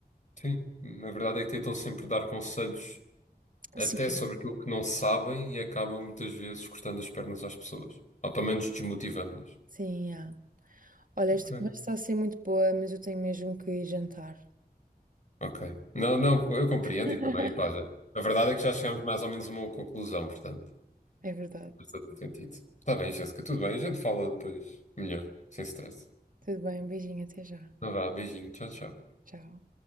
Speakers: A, on the left (about 45°); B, on the right (about 55°).
A: Sim, na verdade é que tentam sempre dar conselhos até
B: Sim,
A: sobre aquilo que não sabem e acabam muitas vezes cortando as pernas às pessoas, ou pelo menos desmotivando-as.
B: sim, há. Olha,
A: Ok.
B: esta conversa está a ser muito boa, mas eu tenho mesmo que ir jantar.
A: Ok. Não, não, eu compreendo
B: <laughs>
A: e também, pá, já- a verdade é que já chegámos mais ou menos a uma conclusão, portanto,
B: É verdade.
A: faz todo sentido. Está bem, Jéssica, tudo bem, a gente fala depois melhor, sem stress.
B: Tudo bem, um beijinho, até já.
A: Então vá, beijinho, tchau, tchau.
B: Tchau.